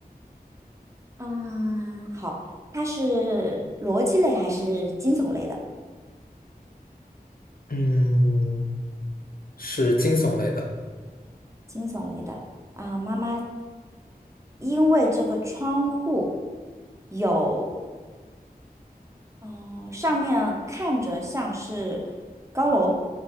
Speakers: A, on the right; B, on the left.
A: 啊，好，它是逻辑类还是惊悚类的？
B: 嗯，是惊悚类的。
A: 惊悚类的啊，妈妈因为这个窗户有，嗯、上面看着像是高楼，